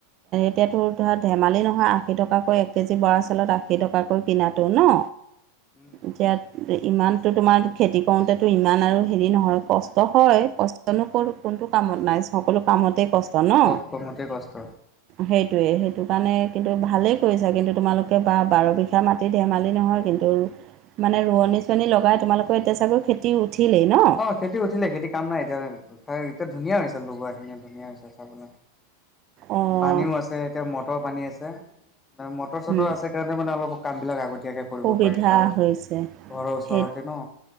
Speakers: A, on the left; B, on the right.
A: উম
B: এতিয়াতো ধৰা ধেমালি নহয় আশী টকাকৈ এক কেজি বৰা চাউলত আশী টকাকৈ কিনাতো ন
A: উম
B: এতিয়া ইমানতো তোমাৰ খেতি কৰোতেটো ইমান আৰু হেৰি নহয় কষ্ট হয়, কষ্ট নো কোনটো কামত নাই সকলো কামতেই কষ্ট ন
A: চব কমতে কষ্ট
B: সেইটোয়ে সেইটো কাৰণে কিন্তু ভালেই কৰিছা কিন্তু তোমালোকে বা বাৰ বিঘা মাট ধেমালি নহয় কিন্তু আৰু মানে ৰোৱনী চোৱনী লগাই তোমালোকৰ এতিয়া চাগৈ খেতি উঠিলেই ন?
A: খেতি উঠিলে খেতি কাম নাই এতিয়া এতিয়া ধুনীয়া হৈছে লগোৱাখিনি ধুনীয়া হৈছে চাবলে।
B: অঁ
A: পানীও আছে এতিয়া মটৰ পানী আছে মানে মটৰ চটৰ
B: উম,
A: আছে কাৰণে মানে অলপ কামবিলাক আগতীয়াকে কৰিব
B: সুবিধা
A: পাৰিছোঁ আৰু ঘৰৰ
B: হৈছে
A: ওচৰতে
B: সেই
A: ন